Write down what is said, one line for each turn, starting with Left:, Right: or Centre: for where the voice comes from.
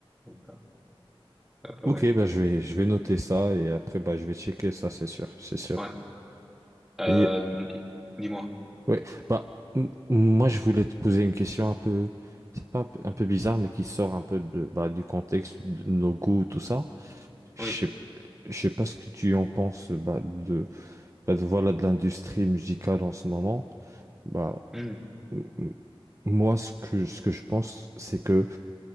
Centre: Donc, euh, pas
Right: Ok
Centre: mal.
Right: bah je vais je vais noter ça et après bah je vais checker ça, c'est sûr, c'est sûr.
Centre: Ouais. Euh,
Right: Et
Centre: dis-moi.
Right: Oui, bah, m- moi je voulais te poser une question un peu, c'est pas un peu, un peu bizarre, mais qui sort un peu de, bah, du contexte de nos goûts, tout ça. Je
Centre: Oui.
Right: sais, je sais pas ce que tu en penses bah, de, bah, de, voilà, de l'industrie musicale en ce moment. Bah,
Centre: Hmm.
Right: m- m- moi, ce que, ce que je pense, c'est que